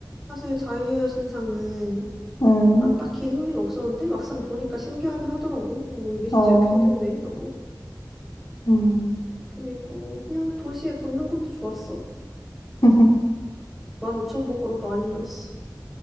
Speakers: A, in the centre; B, on the left.
A: 사실 자유의 여신상은
B: 음,
A: 난 딱히 흥미가 없었는데 막상 보니까 신기하긴 하더라고. 오, 이게 진짜
B: 어,
A: 이렇게 생겼네 하고.
B: 음.
A: 그리고 그냥 도시에 걷는 것도 좋았어.
B: <laughs>
A: 15,000보 걸어도 안 힘들었어.